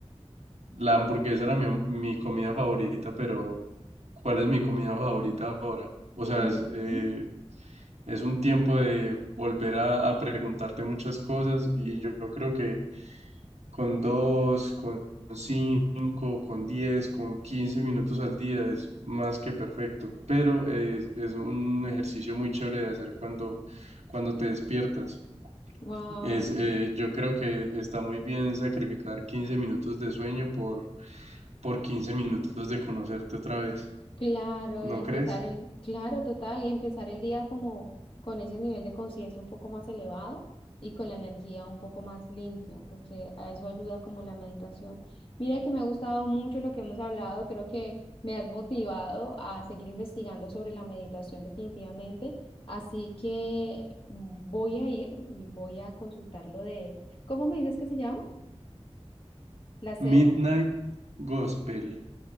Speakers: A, on the right; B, on the left.
A: la hamburguesa era mi, mi comida favorita, pero ¿cuál es mi comida favorita ahora? O sea,
B: Ujú,
A: es, eh, es un tiempo de volver a, a preguntarte muchas cosas y yo creo que con dos, con cinco, con 10, con 15 minutos al día es más que perfecto, pero es, es un ejercicio muy chévere de hacer cuando, cuando te despiertas.
B: Wow.
A: Es, eh, yo creo que está muy bien sacrificar 15 minutos de sueño por, por 15 minutos de conocerte otra vez,
B: Claro,
A: ¿no
B: y empezar
A: crees?
B: el, claro, total, y empezar el día como con ese nivel de conciencia un poco más elevado y con la energía un poco más limpia, porque a eso ayuda como la meditación. Mira que me ha gustado mucho lo que hemos hablado, creo que me has motivado a seguir investigando sobre la meditación definitivamente, así que voy a ir y voy a consultar lo de, ¿cómo me dices que se llama? ¿La serie?
A: Midnight Gospel.